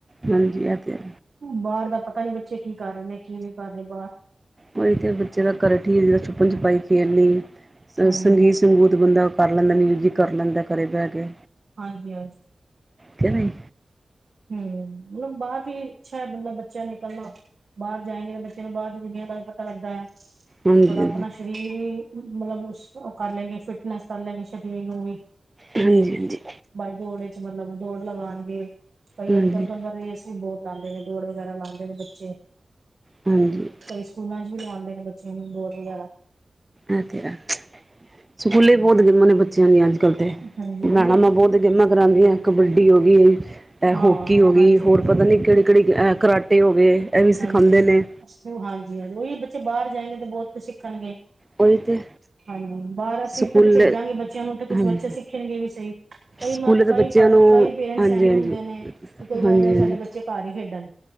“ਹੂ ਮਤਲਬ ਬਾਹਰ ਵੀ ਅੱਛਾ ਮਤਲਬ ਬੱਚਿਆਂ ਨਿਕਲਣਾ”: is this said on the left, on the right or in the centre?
Right